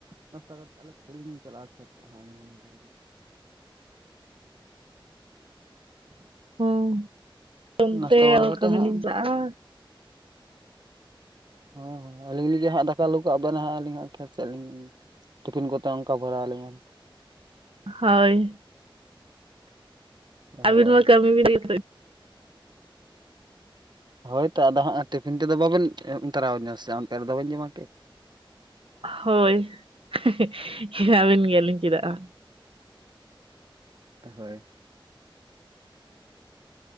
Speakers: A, on the right (about 55°); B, on the right (about 80°).
A: ᱱᱟᱥᱛᱟ <unintelligible> <unintelligible> ᱪᱟᱞᱟᱜᱼᱟ <unintelligible> <inaudible>
B: ᱦᱚᱸ ᱚᱱᱛᱮ
A: ᱱᱟᱥᱛᱟ ᱵᱟᱲᱟ ᱠᱟᱟᱛᱜ
B: ᱠᱟᱹᱢᱤ
A: ᱦᱟᱸᱜ
B: ᱞᱤᱧ ᱪᱟᱞᱟᱜᱼᱟ
A: ᱦᱚᱭ ᱦᱚᱭ ᱟᱹᱞᱤᱧ ᱞᱟᱹᱜᱤᱜ ᱦᱟᱸᱜ ᱫᱟᱠᱟ ᱞᱩ ᱠᱟᱜᱼᱵᱮᱱ ᱦᱟᱸᱜ ᱟᱞᱤᱧ ᱦᱟᱸᱜ ᱠᱷᱮᱛ ᱥᱮᱜ ᱞᱤᱧ ᱴᱤᱯᱷᱤᱱ ᱠᱚᱛᱮ ᱚᱝᱠᱟ ᱵᱷᱚᱨᱟᱣ ᱟᱞᱤᱧᱟᱢ᱾
B: ᱦᱳᱭ ᱟᱵᱤᱱ
A: ᱦᱳᱭ
B: ᱢᱟ ᱠᱟᱹᱢᱤ ᱵᱤᱱ <inaudible>
A: ᱦᱚᱭᱛᱚ ᱟᱫᱚ ᱦᱟᱸᱜ ᱴᱤᱯᱷᱤᱱ ᱛᱮᱫᱚ ᱵᱟᱵᱮᱱ <inaudible> ᱛᱚᱨᱟᱧᱟᱹ ᱥᱮ ᱚᱱᱛᱮ ᱨᱮᱫᱚ ᱵᱟᱹᱧ ᱡᱚᱢᱟ ᱠᱤ᱾
B: ᱦᱳᱭ <unintelligible> ᱵᱮᱱ ᱜᱮᱭᱟᱞᱤᱧ ᱪᱮᱫᱟᱜ ᱵᱟᱝ᱾
A: ᱦᱳᱭ